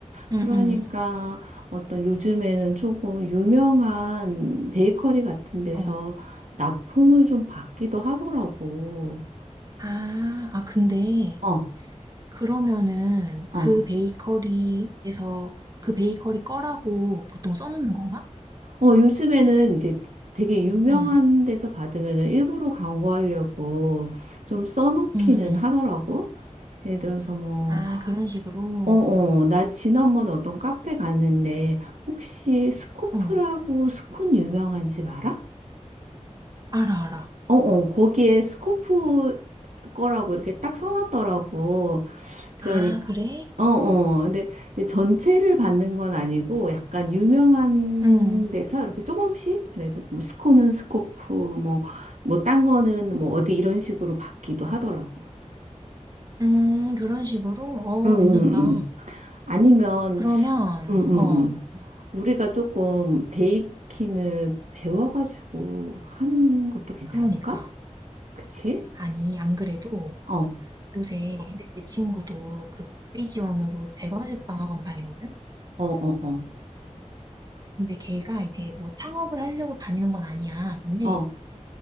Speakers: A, on the right; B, on the right.
A: 음,
B: 그러니까 어떤 요즘에는 조금 유명한 베이커리 같은 데서
A: 음. 어.
B: 납품을 좀 받기도 하더라고.
A: 아, 아, 근데
B: 어,
A: 그러면은
B: 어.
A: 그 베이커리에서 그 베이커리 거라고 보통 써놓는 건가?
B: 어, 요즘에는 이제 되게 유명한
A: 응.
B: 데서 받으면은 일부러 광고하려고 좀 써놓기는
A: 응, 응.
B: 하더라고. 예를 들어서 뭐,
A: 아 그런 식으로.
B: 어, 어, 나 지난번에 어떤 카페 갔는데 혹시 스코프라고
A: 어.
B: 스콘 유명한 집 알아?
A: 알아, 알아.
B: 어, 어, 거기에 스코프 거라고 이렇게 딱 써놨더라고. 그러니,
A: 아 그래?
B: 어, 어. 근데 이제 전체를 받는 건 아니고 약간 유명한
A: 응.
B: 데서 이렇게 조금씩, 그래서 뭐 스코는 스코프, 뭐, 뭐, 딴 거는 뭐 어디 이런 식으로 받기도 하더라고.
A: 음 그런 식으로? 어
B: 응, 응,
A: 괜찮다.
B: 응. 아니면,
A: 그러면,
B: 응, 응,
A: 어,
B: 응. 우리가 조금 베이킹을 배워가지고 하는 것도 괜찮을까?
A: 그러니까.
B: 그치?
A: 아니, 안 그래도
B: 어, 어,
A: 요새 내 친구도 그 국비 지원으로 대과제빵 학원 다니거든?
B: 어, 어,
A: 근데 걔가 이제 뭐 창업을 하려고 다니는 건 아니야. 근데
B: 어. 어.